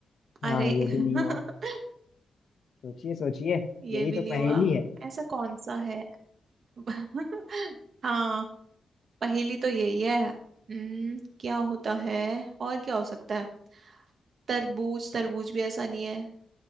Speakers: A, on the right (about 60°); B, on the left (about 55°).
A: अरे
B: हाँ ये
A: <laughs>
B: भी नहीं हुआ सोचिए सोचिए
A: ये
B: यही
A: भी
B: तो
A: नहीं
B: पहेली
A: हुआ
B: है
A: ऐसा कौन सा है <laughs> हाँ पहेली तो यही है हम्म क्या होता है और क्या हो सकता है तरबूज तरबूज भी ऐसा नहीं है